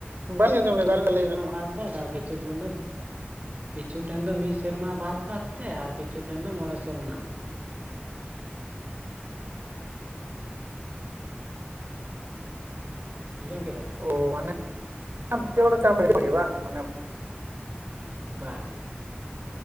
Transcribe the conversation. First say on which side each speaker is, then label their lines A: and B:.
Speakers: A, on the right (about 65°); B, on the right (about 40°).
A: ᱵᱟᱹᱧ ᱟᱸᱡᱚᱢ ᱞᱮᱫᱟ
B: ᱢᱤᱜ
A: ᱟᱨ ᱢᱤᱫ ᱫᱷᱟᱣ
B: ᱥᱮᱨᱢᱟ
A: ᱞᱟᱹᱭ ᱵᱮᱱ ᱢᱟ
B: ᱵᱟᱫ ᱵᱷᱮᱜᱟᱨ ᱠᱤᱪᱷᱩ ᱴᱷᱮᱱ ᱫᱚᱯ ᱠᱤᱪᱷᱩ ᱴᱷᱮᱱ ᱫᱚ ᱢᱤᱫ ᱥᱮᱨᱢᱟ ᱵᱟᱫ ᱵᱟᱫ ᱛᱮ ᱟᱨ ᱠᱤᱪᱷᱩ ᱴᱷᱮᱱ ᱫᱚ ᱢᱚᱬᱮ ᱥᱮᱨᱢᱟ᱾ ᱟᱡᱚᱢ ᱠᱮᱫᱟᱵᱤᱱ?
A: ᱚ ᱢᱟᱱᱮ <unintelligible>
B: ᱵᱟᱝ᱾